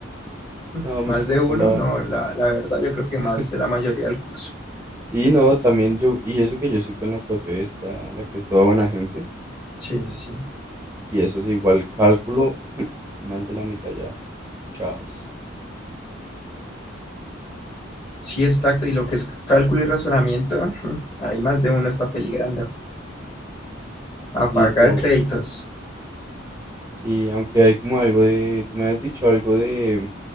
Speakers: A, on the left (about 30°); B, on the right (about 15°).
A: <laughs>
B: No, mucho
A: Más de
B: mejor
A: uno,
B: la...
A: no, la, la verdad, yo creo que más
B: <laughs>
A: de la mayoría del curso.
B: Sí, no, también yo, y eso que yo soy con la profe esta, la que es toda buena gente.
A: Sí, sí, sí.
B: Y eso es igual cálculo, <laughs> más de la mitad ya. Chaos.
A: Sí, exacto. Y lo que es cálculo y razonamiento, <laughs> mm, ahí más de uno está peligrando. A
B: Sí,
A: pagar
B: pero
A: créditos.
B: sí, aunque hay como algo de, tú me has dicho algo de,